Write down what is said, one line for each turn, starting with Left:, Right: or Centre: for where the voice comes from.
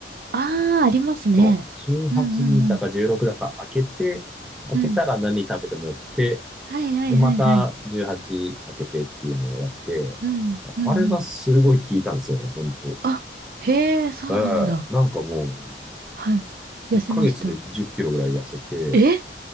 Right: ああ、ありますね。
Centre: そう。18時だか16だか開けて、
Right: うんうんうん。
Centre: 開けたら何食べてもよくて、
Right: うん。はいはいはいはい。
Centre: で、また18開けてっていうのをやって、
Right: うん。うんうん。
Centre: あれがすごい効いたんですよね、本当。
Right: あ、へえ、そうなんだ。
Centre: ええ、なんかもう、
Right: はい。
Centre: 1ヶ月で10キロぐらい痩せて、
Right: 痩せました。え